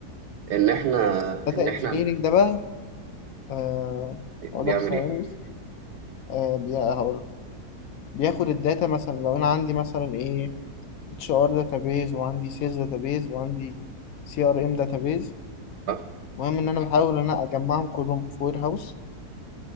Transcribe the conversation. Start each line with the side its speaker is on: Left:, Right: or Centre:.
Right: ان احنا
Left: داتا
Right: ان
Left: انجينيرنج
Right: احنا
Left: ده بقى آه أقول
Right: بيعمل
Left: لك ثواني
Right: ايه
Left: بس آه بي- هقول بياخد الداتا مثلا لو أنا عندي مثلا إيه اتش ار داتابيز وعندي سيلز داتابيز وعندي سي ار ام داتابيز
Right: اه
Left: المهم إن أنا بحاول إن أنا أجمعهم كلهم في وير هاوس